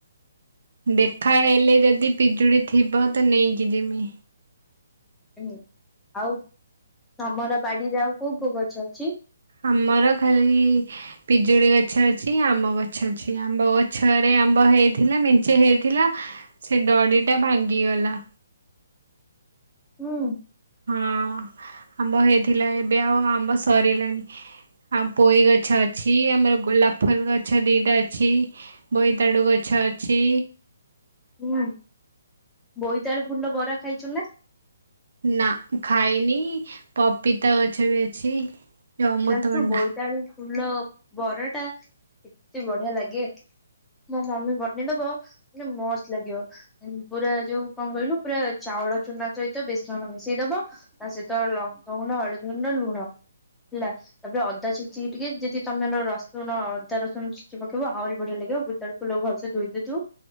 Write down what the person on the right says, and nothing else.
ଦେଖା ହେଲେ ଯଦି ପିଜୁଳି ଥିବ ତ ନେଇକି ଜିମି।
ଆମର ଖାଲି ପିଜୁଳି ଗଛ ଅଛି ଆମ୍ବ ଗଛ ଅଛି ଆମ୍ବ ଗଛରେ ଆମ୍ବ ହେଇଥିଲା ମେଞ୍ଚେ ହେଇଥିଲା ସେ ଡଡି ଟା ଭାଙ୍ଗିଗଲା।
ହଁ ଆମ୍ବ ହେଇଥିଲା ଏବେ ଆଉ ଆମ୍ବ ସରିଲାନି। ଆଉ ପୋଇ ଗଛ ଅଛି ଆମର ଗୋଲାପ ଫୁଲ ଗଛ ଦିଟା ଅଛି ବୋଇତାଡୁ ଗଛ ଅଛି।
ନା ଖାଇନି। ପପିତା ଗଛ ବି ଅଛି। ଯୋଉ ଅମୃତଭଣ୍ଡା